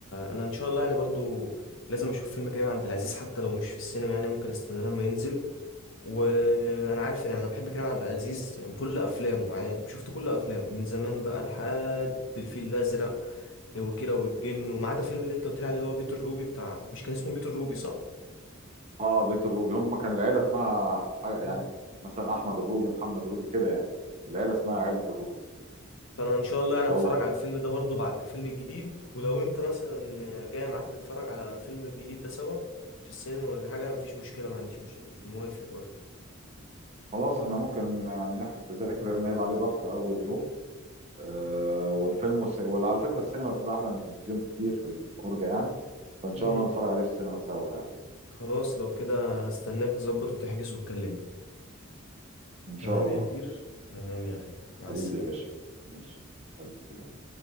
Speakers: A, on the left; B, on the right.
A: انا ان شاء الله يعني برضو لازم اشوف فيلم كريم عبد العزيز حتى لو مش في السينما يعني ممكن استنى لما ينزل وانا عارف ان انا بحب كريم عبد العزيز يعني كل افلامه يعني شفت كل افلامه من زمان بقى لحد الفيل الازرق وكيرة والجن وما عدا فيلم اللي انت قلت لي عليه اللي هو بيت الروبي بتاع مش كان اسمه بيت الروبي صح
B: اه بيت الروبي هم كان العيله اسمها حاجه
A: مم.
B: يعني مثلا احمد الروبي محمد الروبي كده يعني العيله اسمها عيله الروبي
A: فانا ان شاء الله يعني
B: هو
A: هتفرج على الفيلم ده برضو بعد الفيلم الجديد ولو انت مثلا جاي معاك نتفرج على الفيلم الجديد ده سوا في السينما ولا حاجه مفيش مشكله ما عنديش مشكله موافق برضو
B: خلاص احنا ممكن يعني نحجز تذاكر لان هيبقى عليه ضغط اول يوم آه والفيلم والس... وعلى فكره السينما بتبقى احلى من التلفزيون كتير في الفرجه يعني فان
A: مم.
B: شاء الله نتفرج عليه في السينما سوا يعني
A: خلاص لو كده هستناك تظبط وتحجز وتكلمني
B: ان شاء
A: تمام
B: الله
A: يا كبير تمام يا غالي مع
B: حبيبي
A: السلامه
B: يا باشا ماشي الف سلامه